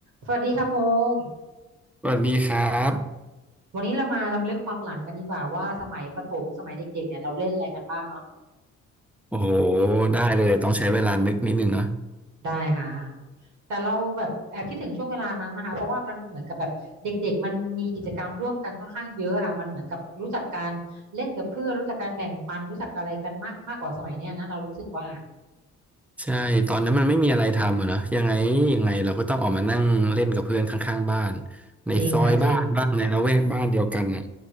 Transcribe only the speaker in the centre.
สวัสดีครับ
โอ้โหได้เลยต้องใช้เวลานึกนิดนึงเนาะ
ใช่ตอนนั้นมันไม่มีอะไรทำอะเนาะยังไงยังไงเราก็ต้องออกมานั่งเล่นกับเพื่อนข้างๆบ้านในซอยบ้านบ้างในละแวกบ้านเดียวกันอ่ะ